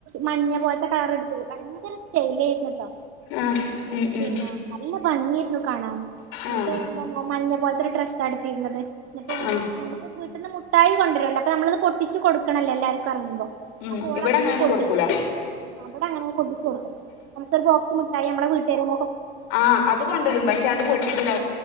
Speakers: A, on the right; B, on the left.
A: മഞ്ഞ പോല്ത്ത കളറ് എട്ത്ത്ക്ക്ണ് വയങ്കര സ്റ്റൈലേര്ന്നിട്ടോ
B: ആഹ് ഉം ഉം
A: പിന്നെ നല്ല ഭംഗിയേര്ന്നുകാണാൻ എന്നിട്ട്
B: ആഹ്
A: എന്ത മഞ്ഞ പോല്ത്തെരു ഡ്രസ്സ്ആണ് ഇട്ത്തീര്ന്നത് എന്നിട്ടങ്ങനെ
B: ആഹ്
A: നമ്മക്ക് വീട്ടിന്ന് മുട്ടായി കൊണ്ടുവരല്ലോ അപ്പൊ നമ്മളത് പൊട്ടിച്ചു പൊട്ടിച്ച് കൊടുക്കണല്ലോ എല്ലാക്കും എറങ്ങ്മ്പോ
B: ഉം
A: അപ്പൊ ഓളതൊന്നും
B: ഇവിടെ അങ്ങനൊന്നും
A: പൊട്ടിച്ച്കൊടുത്തില
B: കൊടുക്കൂല
A: അവിടെ അങ്ങനൊന്നും പൊട്ടിച്ച് കൊടുക്കണം അവൾകൊരുബോക്സ് മുട്ടായി നമ്മളെ വീട്ടേര്
B: ആഹ് അത് കൊണ്ടരും പക്ഷെ അത് പൊട്ടിക്കൂല